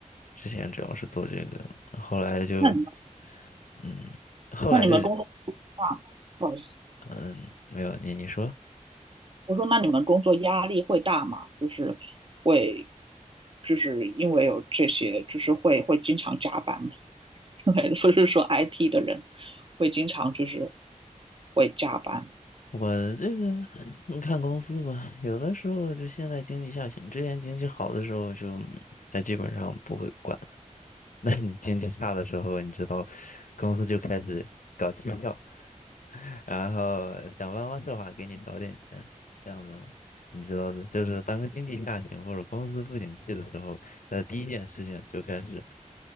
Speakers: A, on the left; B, on the right.
A: 之前主要是做这个，后来就
B: 嗯，那你们
A: 嗯，后来就
B: 那你们工作大吗？不好意思，
A: 嗯没有你你说。
B: 我说那你们工作压力会大吗？就是会，就是因为有这些，就是会会经常加班吗？<laughs> 因为不是说 IT 的人会经常就是会加班，
A: 我这个你看公司吧，有的时候就现在经济下行，之前经济好的时候就它基本上不会管，<laughs> 那你经济差的时候，你知道，公司就开始搞绩效，然后想办法设法给你找点钱，这样子嘛你知道的，就是当经济下行或者公司不景气的时候，那第一件事情就开始